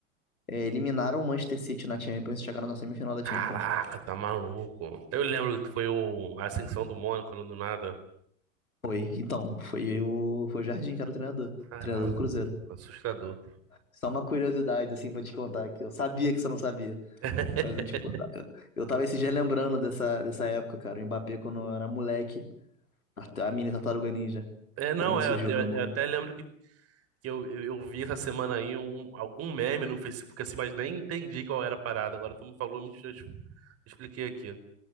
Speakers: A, on the left; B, on the right.
A: é, eliminaram o Manchester City na Champions e chegaram na semifinal da
B: Caraca,
A: Champions.
B: tá maluco. Eu lembro que foi o a Ascensão do Mônaco né, do nada.
A: Foi. Então, foi o, foi o Jardim que era o treinador.
B: Caraca,
A: O Treinador do Cruzeiro.
B: assustador.
A: Só uma curiosidade, assim, pra te contar, que eu sabia que você não sabia.
B: <laughs>
A: Mas eu, tipo, eu eu tava esses dias lembrando dessa, dessa época, cara. O Mbappé quando eu era moleque, a, a mini Tartaruga Ninja,
B: É, não,
A: quando ele
B: é,
A: surgiu
B: eu,
A: no meu mano.
B: eu até lembro que, que eu, eu, eu vi essa semana aí um- algum meme no Facebook assim, mas nem entendi qual era a parada. Agora tu me falou, me, eu expliquei aqui.